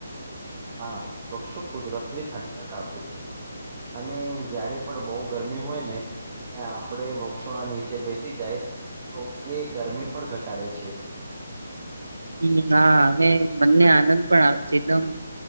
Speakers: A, on the right; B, on the right.
A: હા વૃક્ષો કુદરતી ઠંડક કાપે છે. અને જયારે પણ બહુ ગરમી હોય ને. અને આપણેે વૃક્ષો ના નીચે બેસી જાય તો એ ગરમી પણ ઘટાડે છે.
B: હમ હા અને મનને આનંદ પણ આપે છે એકદમ.